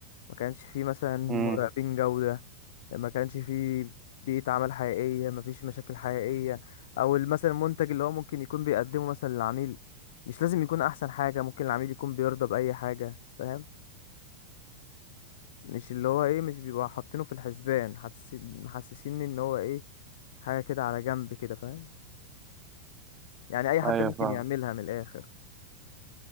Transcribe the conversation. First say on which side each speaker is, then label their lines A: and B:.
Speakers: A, on the left; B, on the right.
A: ما كانش في مثلا مراقبين
B: امم
A: جودة ما كانش في بيئة عمل حقيقية ما فيش مشاكل حقيقية او مثلا المنتج اللي هو ممكن يكون بيقدمه مثلا للعميل مش لازم يكون احسن حاجة ممكن العميل يكون بيرضى بأي حاجة فاهم مش اللي هو ايه مش بيبقى حاطينه في الحسبان حاسس- محسسين ان هو ايه حاجة كده على جنب كده فاهم يعني اي حد
B: ايوه
A: ممكن
B: فاهم
A: يعملها من الاخر